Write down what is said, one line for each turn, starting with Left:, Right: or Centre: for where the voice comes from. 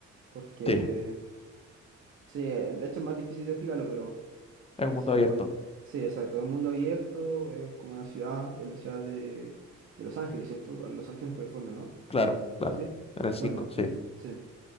Right: Porque,
Left: Sí,
Right: sí, de hecho es más difícil de explicarlo, pero...
Left: es
Right: No
Left: un mundo
Right: sé,
Left: abierto.
Right: pon... Sí, exacto, es un mundo abierto, es como una ciudad, es la ciudad de, de Los Ángeles, ¿cierto? Los Ángeles, California, ¿no?
Left: Claro, claro.
Right: Sí.
Left: En el 5,
Right: Bueno,
Left: sí.
Right: sí.